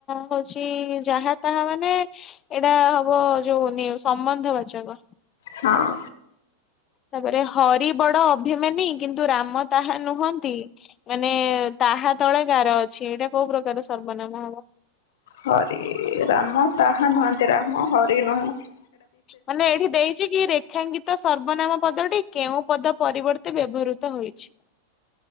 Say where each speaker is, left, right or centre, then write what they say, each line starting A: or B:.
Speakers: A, on the left (about 30°); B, on the left (about 55°).
A: ହେଉଛି ଯାହା ତାହା ମାନେ ଏଇଟା ହବ ଜଉ ସମ୍ବନ୍ଧ ବାଚକ।
B: ହଁ।
A: ତାପରେ ହରି ବଡ ଅଭିମାନୀ କିନ୍ତୁ ରାମ ତାହା ନୁହଁନ୍ତି। ମାନେ ତାହା ତଳେ ଗାଁର ଅଛି ଏଇଟା କୋଉ ପ୍ରକାର ସର୍ବନାମ ହବ।
B: ହରି ରାମ ତାହା ନୁହନ୍ତି ରାମ ହରି ନୁହଁନ୍ତି।
A: ମାନେ ଏଇଠି ଦେଇଛି କି ରେ ରେଖାଙ୍କିତ ସର୍ବନାମ ପଦଟି କେଉଁ ପଦ ପରିବର୍ତ୍ତେ ବ୍ୟବହୃତ ହୋଇଛି।